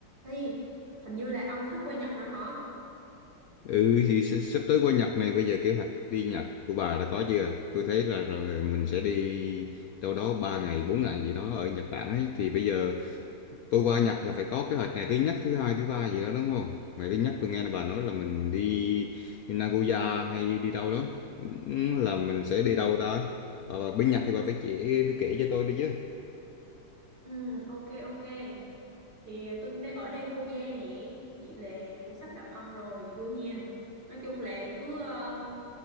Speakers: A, on the right (about 70°); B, on the left (about 75°).
A: Hi, hình như là ông sắp quê Nhật rồi hả?
B: Ừ thì s- sắp tới qua Nhật này bây giờ kế hoạch đi Nhật của bà đã có chưa? Tôi thấy là, là mình sẽ đi đâu đó 3 ngày 4 ngày gì đó ở Nhật Bản ấy thì bây giờ tôi qua Nhật là phải có kế hoạch ngày thứ nhất, thứ hai, thứ ba gì đó đúng không? Ngày thứ nhất tôi nghe là bà nói là mình đi Nagoya hay đi đâu đó Ừ, là mình sẽ đi đâu ta? Bà, bà bên Nhật thì bà phải chỉ phải kể cho tôi đi chứ.
A: Ừ, ok ok. thì tôi cũng đang ở đây cô gia nè vậy là cũng sắp gặp ông rồi vui hen nói chung là cứ um,